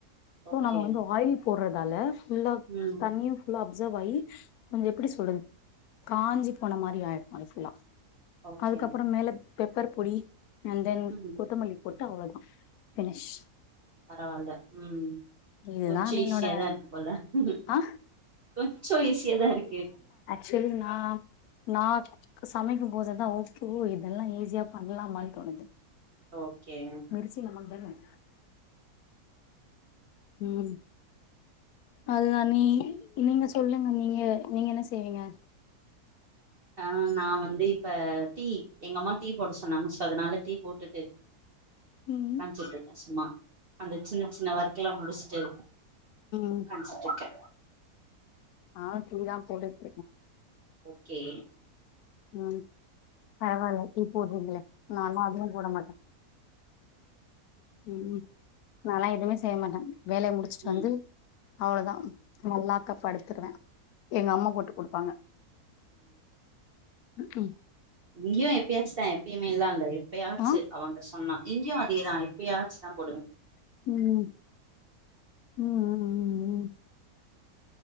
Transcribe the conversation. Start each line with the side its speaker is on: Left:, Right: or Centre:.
Left: அப்போ
Right: ஓகே
Left: நம்ம வந்து ஆயில் போடறதாலா ஃபுல்லா
Right: ம்
Left: தண்ணியு ஃபுல்லா ஆப் அப்சர்வாய் கொஞ்ச இப்பிடி சொல்றது காஞ்சி போன மாரி ஆயிடு அது ஃபுல்லா
Right: ஓகே
Left: அதுக்கப்பற மேல பெப்பர் பொடி அண் தென்
Right: ம்
Left: கொத்தமல்லி பொட் அவ்வளோதா ஃபினிஷ்
Right: பரவாயில்ல ம்
Left: இதுதான்
Right: கொஞ்ச
Left: என்னோட
Right: ஈசியாதா இருக்கு போல ம் ம்
Left: ஆ
Right: கொஞ்ச ஈஸியாதா இருக்கு
Left: செரி நா நா சமைக்கும் போதுதா உ ஓ இதெல்லா ஈஸியா பண்ணலாமான்னு தோணுது
Right: ஓகே
Left: மிர்ச்சி <inaudible> ம் அதுதா நீ நீங்க சொல்லுங்க நீங்க நீங்க என்ன செய்வீங்க
Right: ஆ நா வந்து இப்ப டீ எங்கம்மா டீ போட சொன்னாங்க சோ அதனால டீ போட்டுட்டு
Left: ம்
Right: <unintelligible> சும்மா அந்த சின்ன சின்ன ஒர்க்லா முடிச்சிட்டு
Left: ம்
Right: உக்காஞ்சிட்ருக்கே
Left: ஆ டீ தா போட்டுருக்கே
Right: ஓகே
Left: இ பரவால்ல டீ போட்றீங்களே நாலா அதுவும் போட மாட்ட ம் நாலா எதுவுமே செய்ய மாட்ட வேலைய முடிச்சுட்டு
Right: ம்
Left: வந்து அவ்ளொதா மால்லாக்க படுத்துருவ எங்க அம்மா போட்டு குடுப்பாங்க ம்ம்
Right: இங்கியு எப்பயாச்சு தா எப்பய்மேல்லா இல்ல எப்பயாச்சு
Left: ஆ
Right: அவங்க சொன்னா இங்கியு அதேதா எப்பயாச்சு தா போடுவ
Left: ம் ம் ம் ம் ம்